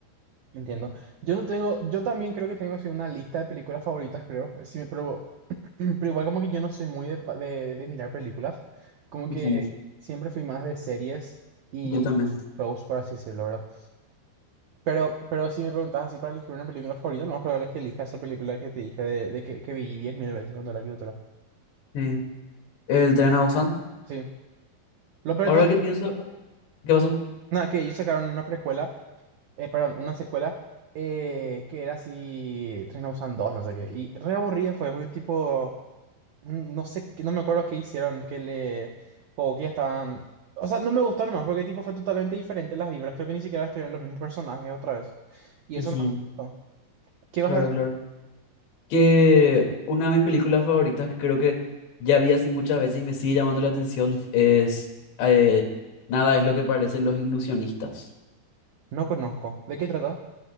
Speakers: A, on the right; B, on the left.
A: Entiendo. Yo no tengo, yo también creo que tengo así una lista de películas favoritas, creo. Sí, me- pero, <clears throat> pero igual como que yo no soy muy de, de- de mirar películas. Como
B: ujú,
A: que siempre fui más de series y
B: Yo también.
A: shows, por así decirlo, ¿verdad? Pero, pero si me preguntas así para elegir una película favorita, lo más probable es que elija esa película que te dije de, de que, que vi 10.000 veces cuando era criatura.
B: Sí. El tren a Busan.
A: Sí. Lo peor
B: Ahora
A: de todo
B: que pienso, ¿qué pasó?
A: Nada, que ellos sacaron una precuela, eh, perdón, una secuela eh, que era así, Tren a Busan 2, no sé qué. Y re aburrido fue, porque tipo, mm, no sé, qué- no me acuerdo qué hicieron, que le, o que ya estaban... O sea, no me gustó nomás, porque tipo fue totalmente diferente las vibras, creo que ni siquiera estuvieron los mismos personajes otra vez. Y
B: Ujú,
A: eso no me gustó. ¿Qué
B: Claro,
A: vas a decir?
B: claro. que una de mis películas favoritas, que creo que ya vi así muchas veces y me sigue llamando la atención, es eh, Nada es lo que parecen los ilusionistas.
A: No conozco. ¿De qué trata?